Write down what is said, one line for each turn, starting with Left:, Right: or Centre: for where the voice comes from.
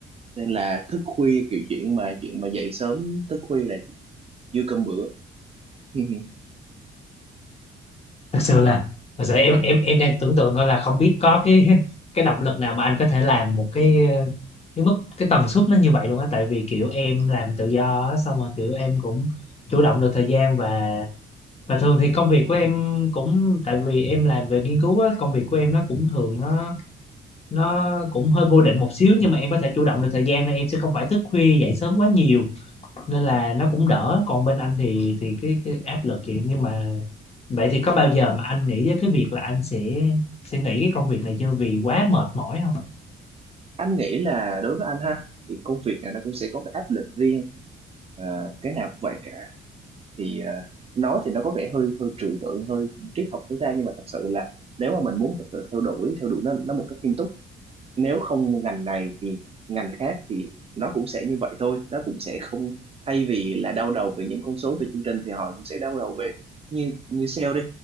Right: nên là thức khuya kiểu chuyện mà chuyện mà dậy sớm thức khuya là dư cơm bữa <laughs>
Left: thật sự là thật sự em em em đang tưởng tượng coi là không biết có cái <laughs> cái động lực nào mà anh có thể làm một cái ờ, cái mức cái tần suất nó như vậy luôn á tại vì kiểu em làm tự do á, xong rồi kiểu em cũng chủ động được thời gian và và thường thì công việc của em cũng tại vì em làm về nghiên cứu á công việc của em nó cũng thường nó nó cũng hơi vô định một xíu nhưng mà em có thể chủ động được thời gian nên em sẽ không phải thức khuya dậy sớm quá nhiều nên là nó cũng đỡ còn bên anh thì thì cái, cái áp lực vậy nhưng mà vậy thì có bao giờ mà anh nghĩ đến cái việc là anh sẽ sẽ nghỉ cái công việc này chưa vì quá mệt mỏi không
Right: anh nghĩ là đối với anh ha thì công việc này nó cũng sẽ có cái áp lực riêng Ờ, cái nào cũng vậy cả thì ờ, nói thì nó có vẻ hơi hơi trừu tượng hơi triết học tối đa nhưng mà thật sự là nếu mà mình muốn thật sự theo đuổi theo đuổi nó nó một cách nghiêm túc nếu không ngành này thì ngành khác thì nó cũng sẽ như vậy thôi nó cũng sẽ không thay vì là đau đầu về những con số về chương trình thì họ cũng sẽ đau đầu về như như sale đi